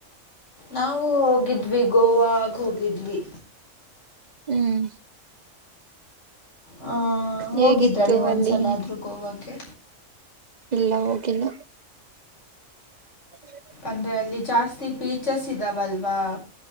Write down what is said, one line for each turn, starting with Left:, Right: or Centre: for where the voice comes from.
Left: ನಾವು ಹೋಗಿದ್ವಿ ಗೋವಾಗ ಹೋಗಿದ್ವಿ
Right: ಹ್ಮ್
Left: ಹ ಹೋಗಿದ್ರ
Right: ಹೇಗಿತ್ತು
Left: ನೀವು ಒಂದ್ಸಲ
Right: ಅಲ್ಲಿ
Left: ಆದ್ರರು ಗೋವಾಕ್ಕೆ
Right: ಇಲ್ಲ ಹೋಗಿಲ್ಲ ಹ
Left: ಅಂದ್ರೆ ಅಲ್ಲಿ ಜಾಸ್ತಿ ಬೀಚಸ್ ಇದಾವಲ್ವಾ